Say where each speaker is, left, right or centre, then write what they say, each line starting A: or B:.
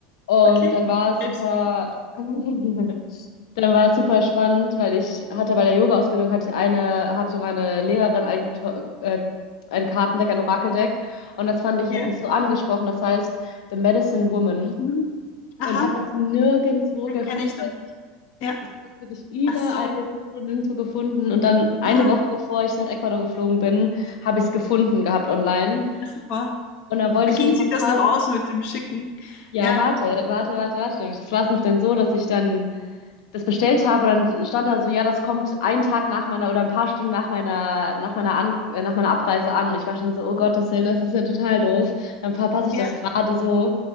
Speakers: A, on the left; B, on the left.
A: Und
B: okay.
A: dann war es
B: Krebs,
A: super <laughs> Dann war es super spannend, weil ich hatte bei der Yoga-Ausbildung hatte ich eine, hatte meine Lehrerin ein, To- äh, ein Kartendeck, ein Orakeldeck. Und das fand ich,
B: ja.
A: hat mich so angesprochen. Das heißt The Medicine Woman.
B: Mhm.
A: Und
B: Aha.
A: ich habe das nirgendwo
B: Den
A: gefunden.
B: kenne ich noch nicht. Ja,
A: Ich habe das wirklich überall
B: ach so.
A: gesucht und nirgendwo gefunden. Und dann eine
B: Ah,
A: Woche bevor ich nach Ecuador geflogen bin, habe ich es gefunden gehabt online.
B: ja, super.
A: Und dann wollte
B: Da
A: ich
B: ging
A: mir das
B: sich
A: noch
B: das
A: kaufen.
B: noch aus mit dem Schicken.
A: Ja,
B: Ja,
A: warte, warte, warte, warte. Das war es nämlich dann so, dass ich dann das bestellt habe und dann stand da so, ja, das kommt einen Tag nach meiner oder ein paar Stunden nach meiner, nach meiner, an, äh, nach meiner Abreise an. Und ich war schon so, oh Gottes Willen, das ist ja total doof. Dann verpasse ich
B: ja,
A: das gerade so.